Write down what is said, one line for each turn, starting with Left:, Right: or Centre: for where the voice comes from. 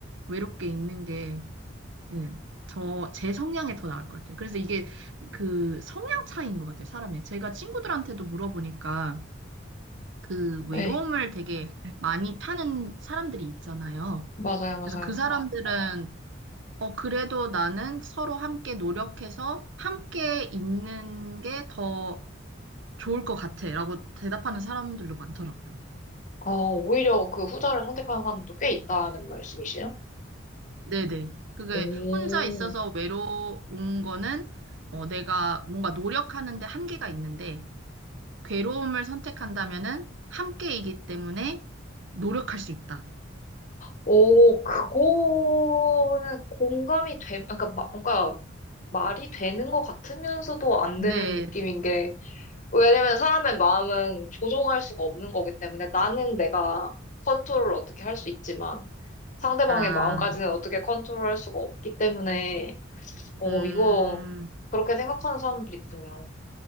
Right: 외롭게 있는 게, 예, 저, 제 성향에 더 나을 것 같아요. 그래서 이게 그 성향 차이인 것 같아요, 사람의. 제가 친구들한테도 물어보니까 그 외로움을
Left: 네,
Right: 되게 많이 타는 사람들이 있잖아요.
Left: 맞아요, 맞아요.
Right: 그래서 그 사람들은 어, 그래도 나는 서로 함께 노력해서 함께 있는 게 더 좋을 것 같아. 라고 대답하는 사람들도 많더라고요.
Left: 아, 오히려 그 후자를 선택하는 사람도 꽤 있다는 말씀이시에요?
Right: 네네. 그게
Left: 오,
Right: 혼자 있어서 외로운 거는 어, 내가 뭔가 노력하는데 한계가 있는데 괴로움을 선택한다면은 함께이기 때문에 노력할 수 있다.
Left: 오, 그거는 공감이 되, 그러니까, 마- 그러니까 말이 되는 것 같으면서도 안
Right: 네.
Left: 되는 느낌인 게, 왜냐면 사람의 마음은 조종할 수가 없는 거기 때문에 나는 내가 컨트롤을 어떻게 할 수 있지만 상대방의
Right: 아,
Left: 마음까지는 어떻게 컨트롤할 수가 없기 때문에 어
Right: 음.
Left: 이거 그렇게 생각하는 사람들이 있군요.